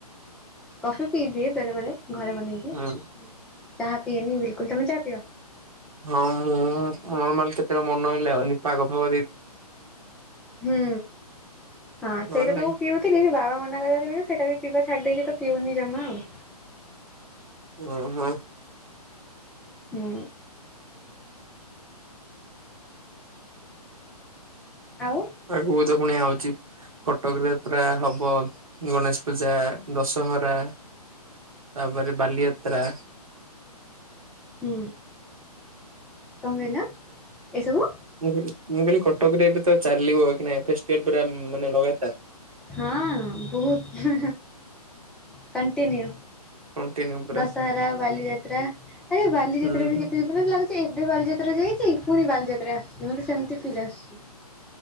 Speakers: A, in the centre; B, on the right (about 60°).
A: କସ ପିଇ ଦିଏ ବେଳେ ବେଳେ। ଘରେ ବନେଇଦେଏ
B: ହୁଁ।
A: ଚାହା ପିଇଏନି ବିଲକୁଲ ତୁମେ ଚାହା ପିଅ?
B: ହଁ ମୁଁ ନର୍ମାଲ କେତେବେଳେ ମନ ହେଲେ ଆଉ ପାଗ ଫାଗ ଦେଇ
A: ହୁଁ ହଁ
B: ନହେଲେ
A: ସେଇଟା
B: ନାଇଁ
A: ତ ପି ବାବା ମନା କରୁ ସେଇଟା ବି ପିବା ଛାଡି ଦେଇଛି ତ ପିଉନି ଜମା ଆଉ।
B: ଓ ହଁ।
A: ହୁଁ। ଆଉ
B: ଆଗକୁ ତ ପୁଣି ଆଉଛି। କଟକ ରେ ପୁରା ହବ ଗଣେଶ ପୂଜା ଦଶହରା। ତାପରେ ବାଲିଯାତ୍ରା।
A: ହୁଁ କଣ କହିଲ ଏସବୁ
B: ମୁଁ କହିଲି ମୁଁ କହିଲି କଟକରେ ଏବେ ତ ଚାଲିବ କି ନା ଫେଷ୍ଟିବାଲ ପୁରା ମାନେ ଲଗାତାର।
A: ହଁ ବହୁତ କଣ୍ଟିନ୍ୟୁ
B: କଣ୍ଟିନ୍ୟୁ ପୁରା
A: ଦଶହରା ବାଲିଯାତ୍ରା ଆରେ ବାଲିଯାତ୍ରା
B: ହୁଁ।
A: ବି କେତ ମତେ ବି ଲାଗୁଛି ଏବେ ବାଲିଯାତ୍ରା ଯାଇଛି ପୁଣି ବାଲିଯାତ୍ରା ଆସୁଛି ମୋତେ ସେମିତି ଫିଲ୍ ଆସୁଛି।